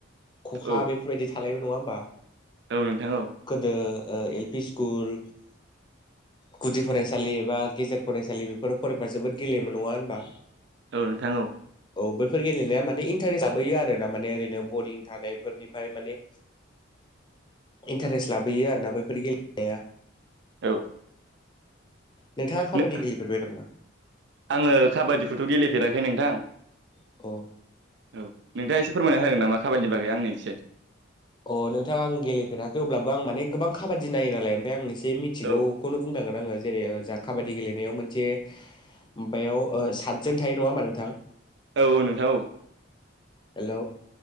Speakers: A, on the left; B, on the right.
A: खखा
B: औ
A: बेफोरबायदि थानायबो नङा होमबा?
B: औ नोंथां औ।
A: गोदो ओ एल पि स्कुल गुदि फरायसालि एबा गेजेर फरायसालि बेफोराव फरायबा जोबोद गेलेयोमोन नङा होनबा?
B: औ नोंथां औ।
A: औ बैफोर गेलेनाया माने इन्टारेस् लाबोयो आरो ना माने ओरैनो बरिं थानायफोरनिफ्राय माने इन्टारेस्ट लाबोयो आरोना बैफोर गेलेनाया।
B: औ।
A: नोंथाङा काबादि
B: नो
A: गेलेफेरबाय नामा
B: आङो खाबादिखौथ' गेले फेराखै नोंथां
A: अ
B: औ नोंथाङा एसे फोरमायना होगोन नामा खाबादिनि बागै आंनो एसे?
A: अ नोंथां आं गेलेफेराखै अब्लाबो आं माने गोबां खाबादि नायो नालाय ओमफ्राय आं बे मिथिगौखौनो
B: औ
A: बुंनांगोन आङो। जेरै जा काबादि गेलेनायाव मोनसे माबायाव ओ साथजोन थायो नङा होमबा नोंथां?
B: औ नोंथां औ।
A: हेलौ